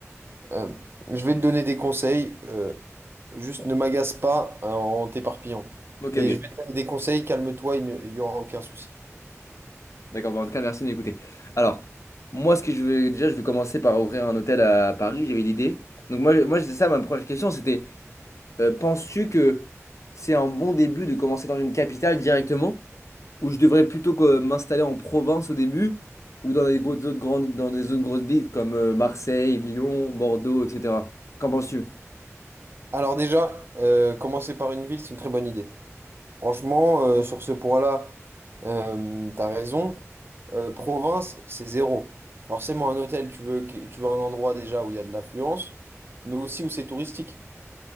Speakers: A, on the right; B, on the left.
A: Euh, je vais te donner des conseils. euh, juste ne m'agace pas euh, en t'éparpillant.
B: Ok,
A: Et
B: ok.
A: je vais te donner des conseils, calme-toi, il n'y aura aucun souci.
B: D'accord, bah, en tout cas, merci de m'écouter. Alors, moi, ce que je vais déjà, je vais commencer par ouvrir un hôtel à Paris, j'avais l'idée. Donc, moi, je- moi c'était ça, ma première question, c'était, euh, penses-tu que c'est un bon début de commencer dans une capitale directement? où je devrais plutôt que m'installer en Provence au début, ou dans des gros- autres grandes, dans des autres grosses villes comme euh, Marseille, Lyon, Bordeaux, etc. Qu'en penses-tu?
A: Alors déjà, euh, commencer par une ville, c'est une très bonne idée. Franchement, euh, sur ce point-là, euh, t'as raison. Euh, province, c'est zéro. Forcément, un hôtel, tu veux, que- tu veux un endroit déjà où il y a de l'affluence, mais aussi où c'est touristique.